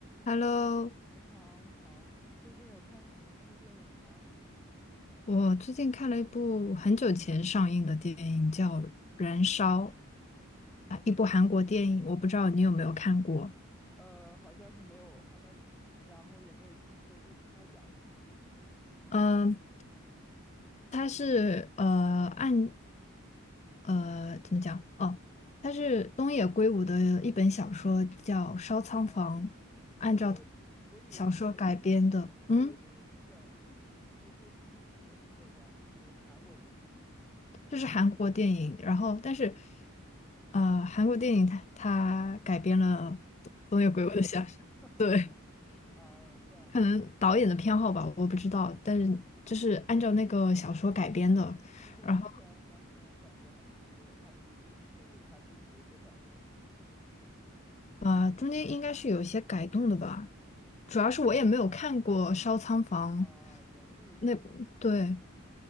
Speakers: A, on the left; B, in the centre.
A: Hello，
B: 你好，你好，你最近有看什么新的电影吗？
A: 我最近看了一部很久前上映的电影，叫《燃烧》，啊一部韩国电影，我不知道你有没有看过。
B: 呃，好像是没有，好像然后也没有听说过，它是讲什么的呢？
A: 嗯、它是呃按呃怎么讲？哦，它是东野圭吾的一本小说，叫《烧仓房》，
B: 哦、
A: 按照
B: 但是我以我以为这是，
A: 小说改编的。
B: 我以为这是日本，
A: 嗯。
B: 我以为这这是日本作家，他是韩国电影，
A: 这是韩国电影，然后但是，呃，韩国电影它它改编了东东野圭吾的小说，
B: 日本作家，<laughs>
A: 对，
B: 啊、这样
A: 可能导演的偏好吧，我不知道，但是就是按照那个小说改编的，
B: 就是完全完全改编嘛，
A: 然后
B: 就是还是就是说有他自己的一些改动的，
A: 呃中间应该是有一些改动的吧，主要是我也没有看过《烧仓房》
B: 啊、啊、原著是吗？
A: 那，对